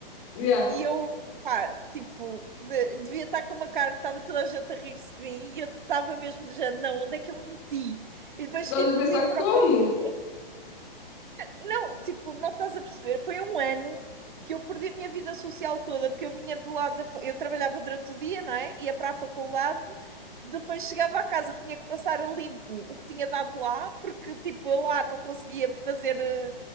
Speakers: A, on the left (about 30°); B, on the right (about 55°).
A: Yeah.
B: E eu, pá, tipo, de- devia estar com uma cara, estava toda a gente a rir-se de mim e eu estava mesmo de género, não, onde é que eu me meti? E depois
A: Estavas
B: tive
A: a pensar
B: de vir para
A: como?
B: o computador. Não, tipo, não estás a perceber, foi um ano que eu perdi a minha vida social toda, porque eu vinha de lado da... fa- Eu trabalhava durante o dia, não é? Ia para a faculdade, depois chegava à casa, tinha que passar a limpo o que tinha dado lá, porque, tipo, eu lá não conseguia fazer eh,